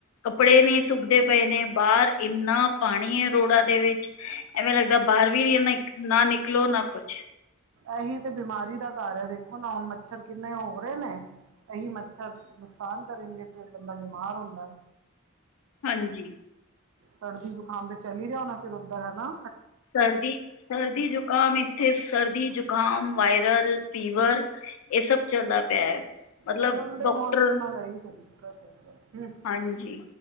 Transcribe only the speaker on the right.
ਐਹੀ ਤੇ ਬਿਮਾਰੀ ਦਾ ਘਰ ਏ ਦੇਖੋ ਨਾ ਹੁਨ ਮੱਛਰ ਕਿੰਨੇ ਹੋ ਰਹੇ ਨੇ ਇਹੀ ਮੱਛਰ ਨੁਕਸਾਨ ਕਰੇਗੇ ਫਿਰ ਬੰਦਾ ਬਿਮਾਰ ਹੁੰਦੈ।
ਸੜਦੀ ਜੁਕਾਮ ਤੇ ਚੱਲ ਰਿਹਾ ਹੋਨਾ ਫਿਰ ਓਧਰ ਹਨਾ
ਬਦਲਦੇ
ਮੌਸਮ ਨਾਲ ਇਹੀ ਤਾਂ ਦਿੱਕਤ ਏ।